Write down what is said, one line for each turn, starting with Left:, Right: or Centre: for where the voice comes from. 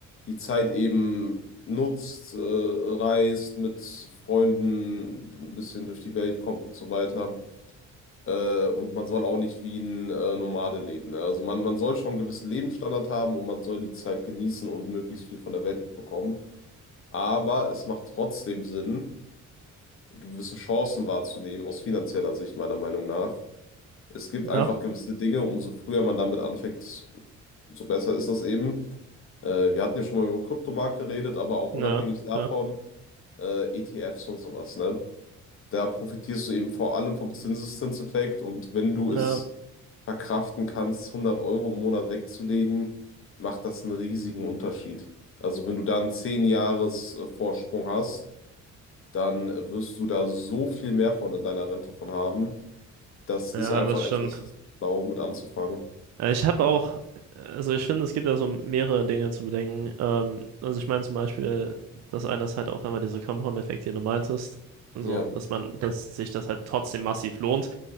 Left: die Zeit eben nutzt, äh, reist, mit Freunden ein bisschen durch die Welt kommt und so weiter. Äh, und man soll auch nicht wie ein äh, Nomade leben, ne? Also man, man soll schon einen gewissen Lebensstandard haben und man soll die Zeit genießen und möglichst viel von der Welt mitbekommen. Aber es macht trotzdem Sinn, gewisse Chancen wahrzunehmen, aus finanzieller Sicht meiner Meinung nach. Es gibt
Right: ja,
Left: einfach gewisse Dinge, umso früher man damit anfängt, so besser ist das eben. Äh, wir hatten ja schon mal über Kryptomarkt geredet, aber auch
Right: ja,
Left: unabhängig davon,
Right: ja,
Left: äh, ETFs und sowas, ne? Da profitierst du eben vor allem vom Zinseszinseffekt und wenn du
Right: ja,
Left: es verkraften kannst, 100 Euro im Monat wegzulegen, macht das einen riesigen Unterschied. Also wenn du da einen 10-Jahres-Vorsprung hast, dann äh, wirst du da so viel mehr von in deiner Rente von haben. Das
Right: ja,
Left: ist einfach
Right: das stimmt.
Left: etwas, das blau mit anzufangen.
Right: Äh, Ich habe auch, also ich finde, es gibt da so mehrere Dinge zu bedenken. Ähm, also ich meine zum Beispiel, das eine ist halt auch einmal dieser Compound-Effekt, den du meintest. Also,
Left: Ja,
Right: dass man, dass sich das halt trotzdem massiv lohnt.